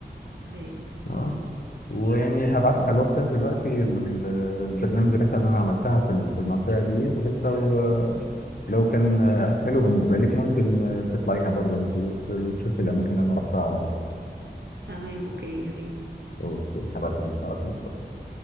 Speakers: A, on the right; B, on the left.
A: اوكي
B: اه ويعني هبعت لك على الواتساب دلوقتي ال- البرنامج الرحلة اللي أنا عملتها في ال- في المنطقة دي بحيث لو لو كان حلو بالنسبة لك ممكن تطلعيها برضه أنت وت- وتشوفي الأماكن اللي أنا رحتها هناك
A: تمام اوكي يا ريت
B: أوكي هبعتهم لك على طول دلوقتي